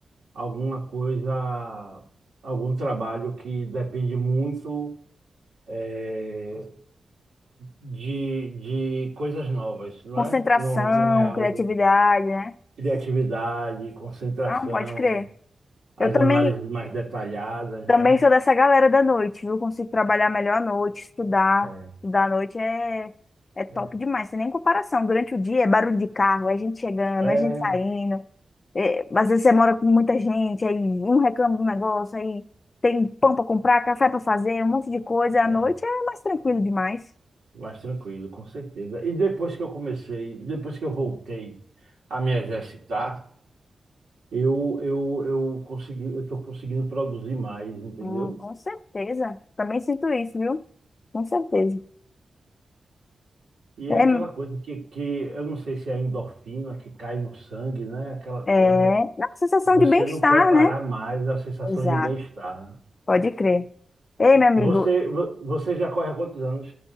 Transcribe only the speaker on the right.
alguma coisa, algum trabalho que depende muito eh, de, de coisas novas, não
é? Não, não é algo
criatividade, concentração,
as
análises mais detalhadas,
né?
É,
é,
é,
é,
mais tranquilo, com certeza. E depois que eu comecei, depois que eu voltei a me exercitar, eu, eu, eu consegui, eu estou conseguindo produzir mais, entendeu?
E
é aquela coisa que, que eu não sei se é a endorfina que cai no sangue, né? Aquela
coisa,
você
não quer parar
mais, a sensação
de bem-estar.
Você, vo- você já corre há quantos anos?